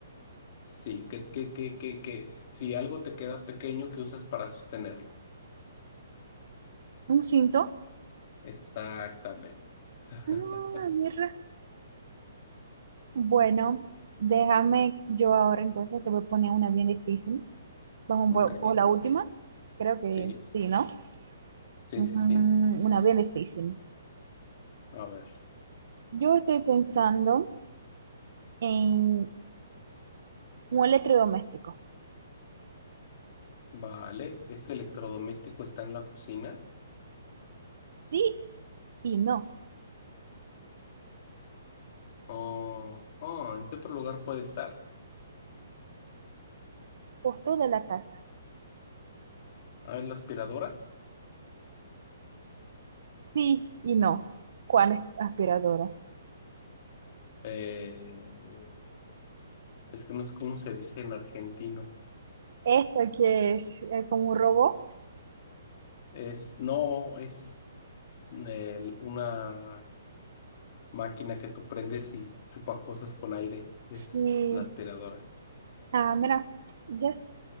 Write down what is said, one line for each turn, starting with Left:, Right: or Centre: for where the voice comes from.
Left: Sí, que, que, que, que, que si algo te queda pequeño, que usas para sostenerlo?
Right: Un cinto.
Left: Exactamente. <laughs>
Right: Ah, mierda. Bueno, déjame yo ahora entonces te voy a poner una bien difícil. Vamos
Left: Ok,
Right: por por la última. Creo que
Left: sí,
Right: sí, ¿no?
Left: sí,
Right: Mm,
Left: sí, sí.
Right: una bien difícil.
Left: A ver,
Right: Yo estoy pensando. en un electrodoméstico.
Left: vale, este electrodoméstico está en la cocina.
Right: Sí y no.
Left: Oh, oh, ¿en qué otro lugar puede estar?
Right: Por toda la casa.
Left: Ah, en la aspiradora.
Right: Sí y no. ¿Cuál es aspiradora?
Left: eh, es que no sé cómo se dice en argentino.
Right: Esta que es eh, como un robot.
Left: Es, no, es el- una máquina que tú prendes y chupa cosas con aire. Es
Right: Sí.
Left: la aspiradora.
Right: Ah, mira. Ya s-